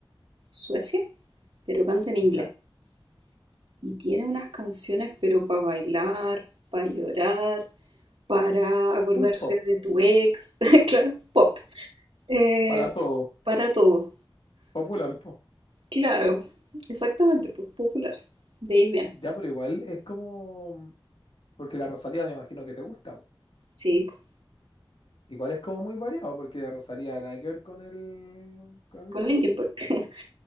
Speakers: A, on the right; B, on the left.
A: Suecia, pero canta en
B: ya.
A: inglés. Y tiene unas canciones, pero para bailar, para llorar, para acordarse
B: Full pop,
A: de tu ex, <laughs> claro, pop, eh,
B: para todo.
A: para todo.
B: Popular, po.
A: Claro, exactamente, pues popular. De ahí viene.
B: Ya, pero igual es como. Porque la Rosalía me imagino que te gusta, po.
A: Sí, pues,
B: Igual es como muy variado, porque la Rosalía nada que ver con el, con el
A: con
B: rock,
A: Linkin
B: po.
A: Park. <laughs>